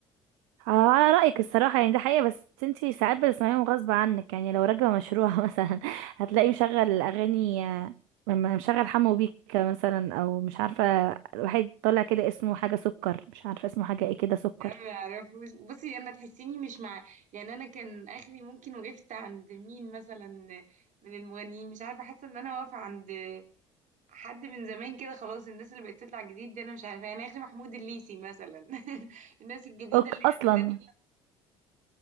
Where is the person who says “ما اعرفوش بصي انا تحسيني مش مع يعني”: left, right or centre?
Right